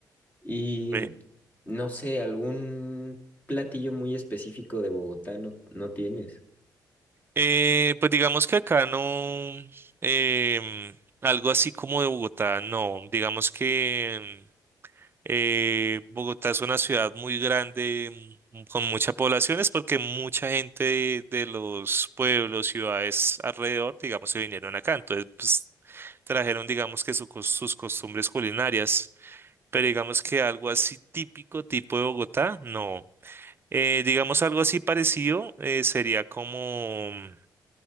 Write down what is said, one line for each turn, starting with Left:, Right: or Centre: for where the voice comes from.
Left: Y
Right: Ve.
Left: no sé, algún platillo muy específico de Bogotá no, no tienes.
Right: Eh, pues digamos que acá no, em, algo así como de Bogotá, no. Digamos que Eh, Bogotá es una ciudad muy grande, mm, con mucha población, es porque mucha gente de, de los pueblos, ciudades alrededor, digamos, se vinieron acá. Entonces, pues, trajeron, digamos, que su cos- sus costumbres culinarias. Pero digamos que algo así típico, tipo de Bogotá, no. Eh, digamos, algo así parecido eh, sería como mm,